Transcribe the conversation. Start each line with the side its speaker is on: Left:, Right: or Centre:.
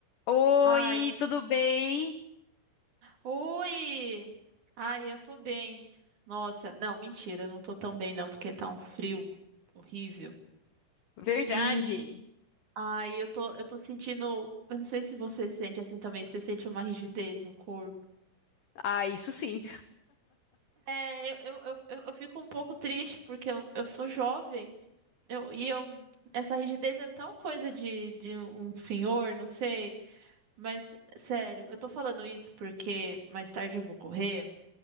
Left: Oi,
Right: Ai,
Left: tudo bem?
Right: oi! Ai, eu tô bem. Nossa, não, mentira, eu não tô tão bem não, porque tá um frio horrível.
Left: Verdade.
Right: E ai, eu tô, eu tô sentindo, eu não sei se você sente assim também, se você sente uma rigidez no corpo.
Left: Ah, isso sim.
Right: É, eu, eu, eu, eu eu fico um pouco triste porque eu, eu sou jovem. Eu, e eu essa rigidez é tão coisa de, de um senhor, não sei, mas sério, eu tô falando isso porque mais tarde eu vou correr.